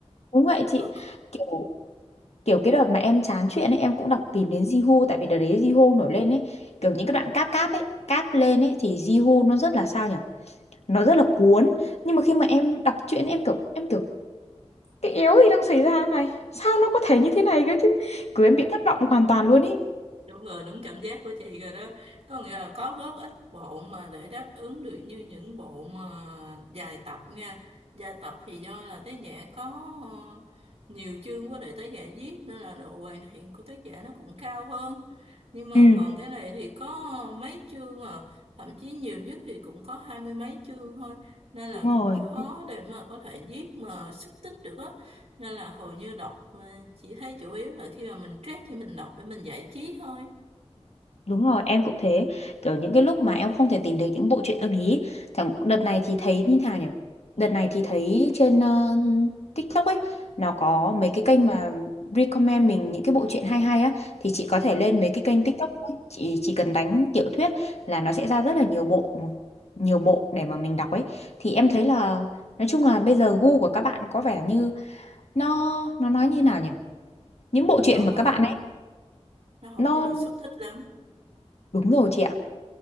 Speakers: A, on the left; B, on the right.
A: đúng vậy chị.
B: rồi
A: Kiểu kiểu cái đợt mà em chán chuyện ấy em cũng đọc tìm đến Jihu tại vì đợt đấy Jihu nổi lên ấy, kiểu những cái đoạn cáp cáp ấy, cáp lên ấy thì Jihu nó rất là sao nhỉ? Nó rất là cuốn. Nhưng mà khi mà em đọc truyện em kiểu em kiểu cái yếu gì đang xảy ra này sao nó có thể như thế này cơ chứ cứ em bị thất vọng hoàn toàn luôn ý
B: đúng rồi đúng cảm giác của chị rồi đó có nghĩa là có góp ít bộ mà để đáp ứng được như những bộ mà dài tập nha dài tập thì do là tác giả có ờ, nhiều chương quá để tác giả viết nên là độ hoàn thiện của tác giả nó cũng cao hơn nhưng mà
A: Ừ,
B: còn cái này thì có mấy chương à thậm chí nhiều nhất thì cũng có hai mươi mấy chương thôi nên là
A: đúng
B: cũng
A: rồi
B: khó để mà có thể viết mà xúc tích được á nên là hầu như đọc ờ, chị thấy chủ yếu là khi mà mình stress thì mình đọc để mình giải trí thôi
A: Đúng rồi, em cũng thế. Kiểu những cái lúc mà em không thể tìm được những bộ truyện ưng ý. Chẳng đợt này thì thấy như nào nhỉ? Đợt này thì thấy trên ờ, TikTok ấy nó có mấy cái kênh mà recommend mình những cái bộ truyện hay hay á thì chị có thể lên
B: Ừ,
A: mấy cái kênh TikTok ấy, chị chỉ cần đánh tiểu thuyết là nó sẽ ra rất là nhiều bộ nhiều bộ để mà mình đọc ấy. Thì em thấy là nói chung là bây giờ gu của các bạn có vẻ như nó nó nói như nào nhỉ? Những bộ
B: nó
A: truyện mà
B: không
A: các bạn ấy
B: nó không
A: nó
B: có được xúc tích lắm
A: đúng rồi chị ạ